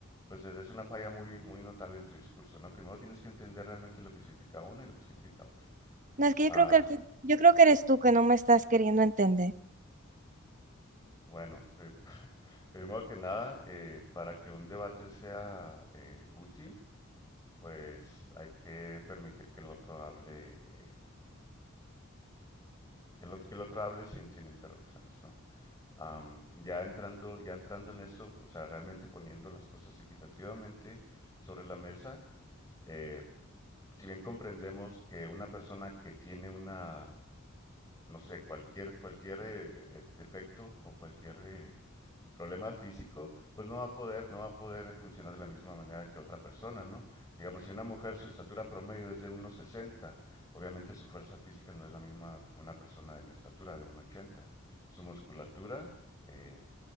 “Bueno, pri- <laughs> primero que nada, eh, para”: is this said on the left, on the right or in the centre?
Left